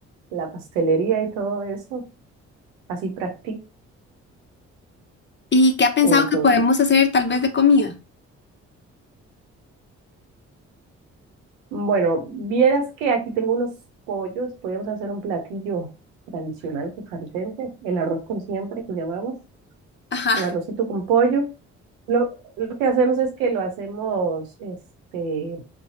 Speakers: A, on the right; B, on the left.
A: la pastelería y todo eso, así practica
B: ¿Y qué ha pensado
A: con el
B: que
A: sobrino.
B: podemos hacer tal vez de comida?
A: Bueno, vieras que aquí tengo unos pollos, podríamos hacer un platillo tradicional costarricense, el arroz con siempre que llamamos,
B: Ajá.
A: un arrocito con pollo. Lo, lo que hacemos es que lo hacemos este,